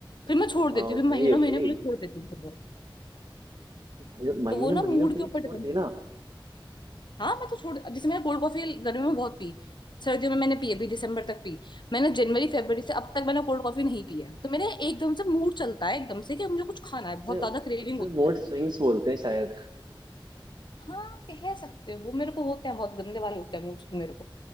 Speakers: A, on the left; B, on the right.
A: फिर मैं छोड़
B: हाँ
A: देती हूँ
B: ओके
A: फिर महीनों
B: ओके
A: महीने के लिए छोड़ देती हूँ फिर वो
B: भाई महीने
A: तो वो ना
B: महीनों
A: मूड
B: के
A: के
B: लिए
A: ऊपर
B: छोड़
A: डिपेंड
B: देना
A: करता है हाँ मैं तो छोड़ अब जैसे मैंने कोल्ड कॉफी गर्मी में बहुत पी सर्दियों में मैंने पी अभी दिसंबर तक पी मैंने जनवरी फरवरी से अब तक मैंने कोल्ड कॉफी नहीं पी है तो मेरे एकदम से मूड चलता है एकदम से कि मुझे कुछ खाना है बहुत
B: उसे
A: ज्यादा क्रेविंग
B: उसे
A: होती
B: मूड
A: है
B: स्विंग्स बोलते हैं शायद
A: हाँ कह सकते हो मेरे को होते हैं बहुत गंदे वाले होते हैं मूड मेरे को